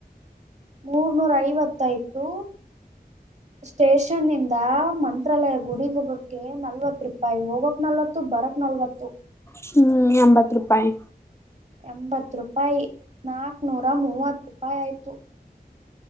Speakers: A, on the right (about 45°); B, on the left (about 15°).
A: ಮೂರ್ನೂರ ಐವತ್ತೈತು ಸ್ಟೇಷನ್ಂದ ಮಂತ್ರಾಲಯ ಗುಡಿ ಹೋಗಕ್ಕೆ ನಲ್ವತ್ ರೂಪಾಯಿ ಹೋಗಕ್ ನಲ್ವತ್ ಬರಕ್ ನಲ್ವತ್ತು
B: ಹ್ಮ್ ಎಂಬತ್ತು ರೂಪಾಯಿ
A: ಎಂಬತ್ ರೂಪಾಯಿ ನಾಕ್ನೂರ ಮೂವತ್ತು ರೂಪಾಯಿ ಆಯ್ತು